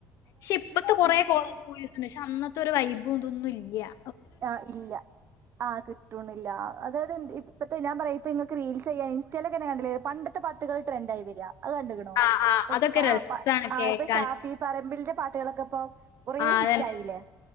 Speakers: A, on the left; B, on the right.
A: ക്ഷെ ഇപ്പത്തെ കൊറേ കോളേജ് മൂവീസ് ഇണ്ട്. ക്ഷെ അന്നത്തെ ഒരു വൈബും ഇതൊന്നും ഇ ല്ല്യാ
B: ആഹ് ഇല്ല ആഹ് കിട്ടൂണില്ലാ അതായത് എന്ത്‌ ഇപ്പത്തെ ഞാൻ പറയാ ഇങ്ങക്ക് റീൽസ് ചെയ്യാൻ ഇൻസ്റ്റയിലൊക്കെന്നെ കണ്ടില്ലേ പണ്ടത്തെ പാട്ടുകള് ട്രെൻഡായി വരികാ അത് കണ്ടിക്കണു
A: ആഹ് ആഹ്
B: ഇഹ്
A: അതൊക്കെ
B: പ
A: രസാണ്
B: ആഹ് അഹ്
A: കേക്കാൻ
B: ഇപ്പൊ ഷാഫി പറമ്പിലിന്റെ പാട്ടുകളൊക്കെ ഇപ്പൊ കൊറേ
A: ആഹ് അതന്നെ
B: ഹിറ്റ് ആയില്ലേ